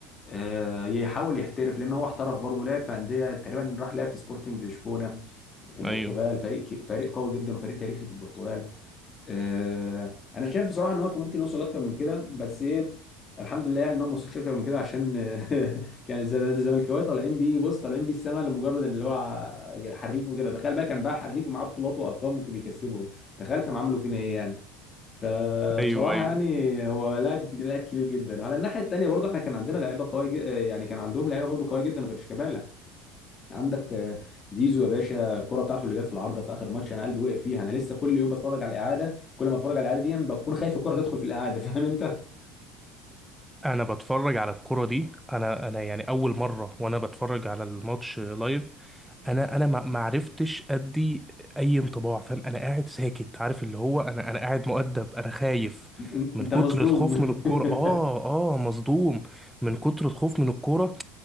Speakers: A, on the left; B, in the centre.
A: آه، يحاول يحترف لان هو احترف برضه لعب في انديه تقريبا راح لعب في سبورتنج لشبونه في البرتغال
B: ايوه
A: فريق كي- فريق قوي جدا وفريق تاريخي في البرتغال آه، انا شايف بصراحه ان هو كان ممكن يوصل اكتر من كده بس ايه الحمد لله يعني ان هو ما وصلش اكتر من كده عشان <laughs> كان الز- الزملكاويه طالعين بيه بص طالعين بيه السما لمجرد ان اللي هو حريف وكده تخيل بقى كان بقى حريف ومعاه بطولات وارقام وكان بيكسبهم تخيل كانوا عملوا فينا ايه يعني فبصراحه
B: ايوه ايوه
A: يعني هو لاعب ج- لاعب كبير جدا على الناحيه الثانيه برضه احنا كان عندنا لعيبه قويه ج- يعني كان عندهم لعيبه برضه قويه جدا غير شيكابالا عندك آه، زيزو يا باشا الكرة بتاعته اللي جت في العارضة في آخر ماتش أنا قلبي وقف فيها أنا لسه كل يوم بتفرج على الإعادة كل ما أتفرج على الإعادة دي بكون خايف الكرة تدخل في الإعادة فاهم أنت؟ <laughs>
B: انا بتفرج على الكرة دي انا انا يعني اول مرة وانا بتفرج على الماتش لايف انا انا ما ما عرفتش ادي اي انطباع فاهم انا قاعد ساكت عارف اللي هو انا انا قاعد مؤدب انا خايف
A: أن-
B: من
A: أنت
B: كتر
A: مصدوم
B: الخوف من الكورة
A: <laughs>
B: اه اه مصدوم من كتر الخوف من الكورة